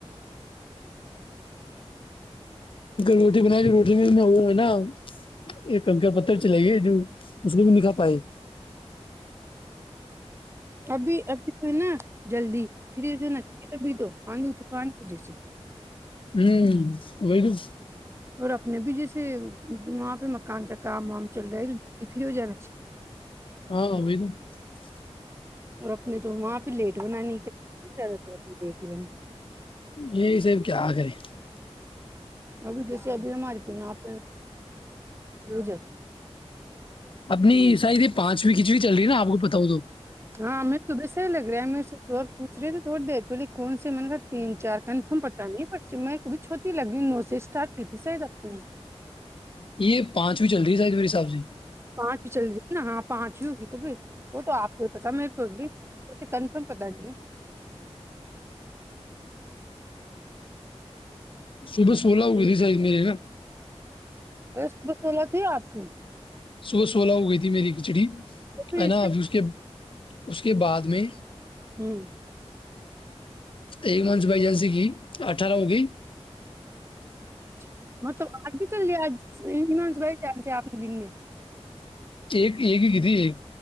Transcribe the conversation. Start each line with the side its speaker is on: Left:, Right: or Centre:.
Right: <unintelligible>
Left: روٹی بنائی تو روٹی میں وہ ہے نا ایک کنکا پتھر چلائیے جو اس کو بھی نہیں کا پائے <unintelligible>
Right: ابھی ابھی تو ہے نا جلدی پھر جو ہے نا ابھی تو آئ گے طفان کے جی سے <unintelligible>
Left: ہوں وہ تو
Right: اور اپنے بھی جیسے وہاں پہ مکان کا کام وام چل رہا ہے تو پھر ہو جانا چاہیے
Left: ہاں ب تو <unintelligible>
Right: اور اپنے تو وہاں پہ لیٹ بنانی ہی چاہیے زیادہ تر لیٹ ہی بن <unintelligible>
Left: یہی صب کیا کرے <unintelligible>
Right: ابھی جیسے ابھی ہماری تو آپ ج
Left: اپنی شاید یہ پانچویں کھچوی چل رہی نا آپ کو پتاؤ ہو تو
Right: ہاں میرے کو بھی صح لگ رہا ہے میرے سے اور پوچ رہے تھ تھوڑ دیر پہلے کون سے میں نے کا تین چار کنفرم پتا نہیں م کوب چھوتی لگ رہی نو سے اسٹارٹ کی تھی شاید آ نے
Left: یہ پانچویں چل رہی ہے شاید میرے حساب سے
Right: پانچ چل جی نا ہاں پانچ ہی ہوگی تو پھر وہ تو آپ کو ہی پتا میرے کو بھی کنفرم پتا نہیں
Left: صبح سولہ ہو گئے تھی شاید میرے نا
Right: اس ب سولت ہی آپ کی <unintelligible>
Left: صبح سولہ ہو گئی تھی میری کھچڑی
Right: تو پھر
Left: ہے نا ابھر اس کے اس کے بعد میں
Right: ہوں
Left: ایک منسبائیجنسی کی اٹھارہ ہو گئی
Right: اچچھا م تو آج بھی کل یہج بائی چانس ہے آپ کے دن میں <unintelligible>
Left: ایک ایک ہی ک تھی ایک